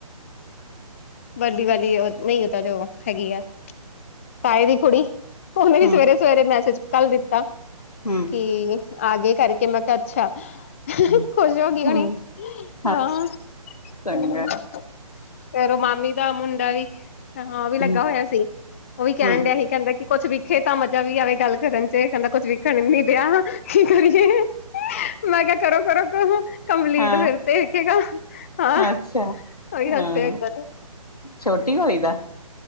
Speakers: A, on the left (about 20°); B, on the left (about 85°).
A: ਵੱਡੀ ਵਾਲੀ ਉਹ ਨਹੀਂ ਉਹ ਤਾਂ ਜੋ ਹੈਗੀ ਆ ਤਾਏ ਦੀ ਕੁੜੀ ਉਹਨੇ ਵੀ
B: ਹਮ
A: ਸਵੇਰੇ ਸਵੇਰੇ ਮੈਸੇਜ ਕੱਲ ਦਿੱਤਾ
B: ਹੂੰ,,,
A: ਕਿ ਆਗੇ ਕਰਕੇ ਮੈਂ ਕਿਹਾ ਅੱਛਾ
B: ਹਮ
A: ਖੁਸ਼ ਹੋਗੀ ਹੋਣੀ
B: ਹਮ
A: ਹਾਂ
B: ਅੱਛਾ ਚੰਗਾ
A: ਫਿਰ ਉਹ ਮਾਮੀ ਦਾ ਮੁੰਡਾ ਵੀ ਹਾਂ ਉਹ ਵੀ ਲੱਗਾ
B: ਹਮ
A: ਹੋਇਆ ਸੀ ਉਹ ਵੀ ਕਹਿਣ
B: ਹਮ
A: ਡਿਆ ਸੀ। ਕਹਿੰਦਾ ਕਿ ਕੁੱਛ ਵਿਖੇ ਤਾਂ ਮਜ਼ਾ ਵੀ ਆਵੇ ਗੱਲ ਕਰਨ ਚ ਕਹਿੰਦਾ ਕੁੱਛ ਵੇਖਣ ਨੀ ਦਿਆ ਕੀ ਕਰੀਏ ਮੈਂ ਕਿਹਾ ਕਰੋ ਕਰੋ ਤਾਂ ਕੰਪਲੀਟ
B: ਹਾਂ
A: ਫਿਰ ਤੇ ਦੇਖੇਗਾ ਹਾਂ।
B: ਅੱਛਾ
A: ਕੋਈ ਗੱਲ
B: ਹਾਂ
A: ਤੇ ਵਧਣ
B: ਛੋਟੀ ਵਾਲੀ ਦਾ